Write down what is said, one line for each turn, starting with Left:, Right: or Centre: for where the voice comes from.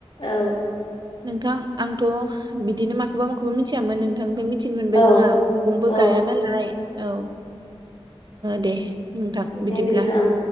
Left: औ
Right: नोंथां आंथ' बिदिनो माखौबा माखौबा मिथियामोन नोंथांनिफ्राय मिथि थिनो मोनबाय
Left: औ
Right: जोंहा मैगंबो
Left: औ
Right: गाया नालाय औ दे नोंथां
Left: दे
Right: बिदिब्ला
Left: ओं